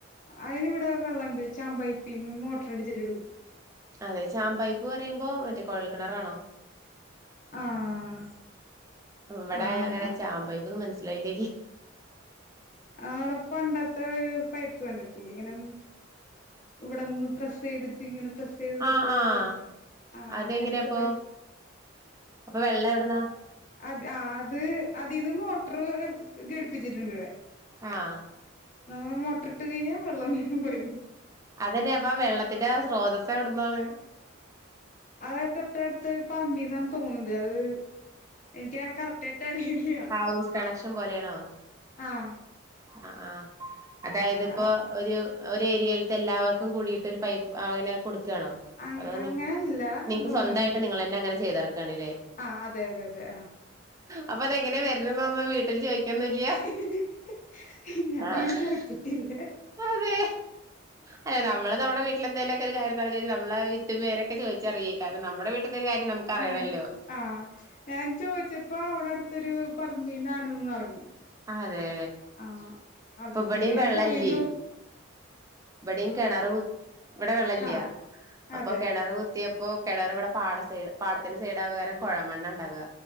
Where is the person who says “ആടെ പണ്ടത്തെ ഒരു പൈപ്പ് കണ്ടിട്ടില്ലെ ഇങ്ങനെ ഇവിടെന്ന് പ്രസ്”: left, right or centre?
Left